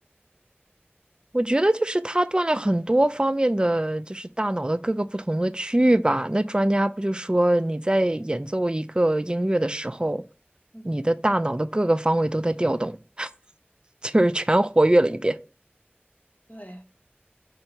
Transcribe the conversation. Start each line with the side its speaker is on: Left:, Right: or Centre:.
Right: 我觉得就是它锻炼很多方面的，就是大脑的各个不同的区域吧。那专家不就说你在演奏一个音乐的时候，
Left: 程中，嗯，
Right: 你的大脑的各个方位都在调动，<laughs> 就是全活跃了一遍。
Left: 对，